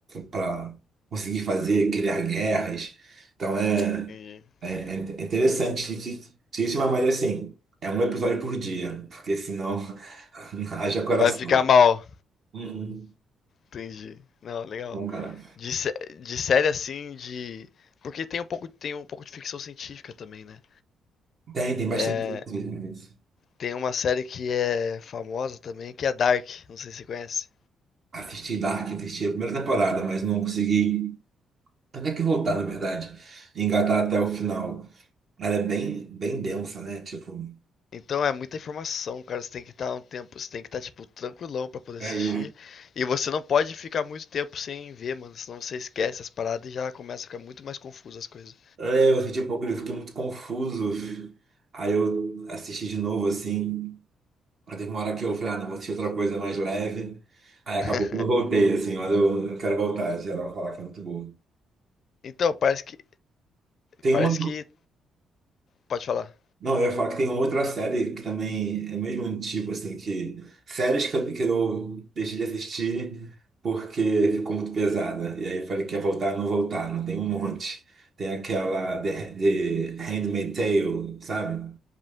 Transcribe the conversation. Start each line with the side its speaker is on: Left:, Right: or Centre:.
Right: para conseguir fazer, criar guerras. Então é,
Left: Entendi.
Right: é, é in- interessantíssimo, mas assim, é um episódio por dia, porque senão <laughs> haja coração.
Left: Vai ficar mal.
Right: Uhum.
Left: Entendi. Não, legal.
Right: Bom, cara.
Left: De, sé- de série assim, de. Porque tem um pouco, tem um pouco de ficção científica também, né?
Right: Tem, tem bastante
Left: É,
Right: coisa nisso.
Left: tem uma série que é famosa também, que é Dark. Não sei se você conhece.
Right: Assisti Dark, assisti a primeira temporada, mas não consegui até que voltar, na verdade, e engatar até o final. Ela é bem, bem densa, né? Tipo,
Left: Então é muita informação, cara. Você tem que estar um tempo, você tem que estar, tipo, tranquilão pra poder
Right: É,
Left: assistir.
Right: e-
Left: E você não pode ficar muito tempo sem ver, mano. Senão você esquece as paradas e já começa a ficar muito mais confuso as coisas.
Right: é, eu senti um pouco, eu fiquei muito confuso. Aí eu assisti de novo, assim. Aí teve uma hora que eu falei, ah, não, vou assistir outra coisa mais leve. Aí acabou
Left: <laughs>
Right: que eu voltei, assim, mas eu, eu quero voltar. Geral fala que é muito boa.
Left: Então, parece que.
Right: Tem
Left: Parece
Right: uma.
Left: que. Pode falar.
Right: Não, eu ia falar que tem uma outra série que também é o mesmo tipo assim, que séries que eu, que eu deixei de assistir porque ficou muito pesada. E aí eu falei que ia voltar, não voltar, não tem um monte. Tem aquela The, The Handmaid's Tale, sabe?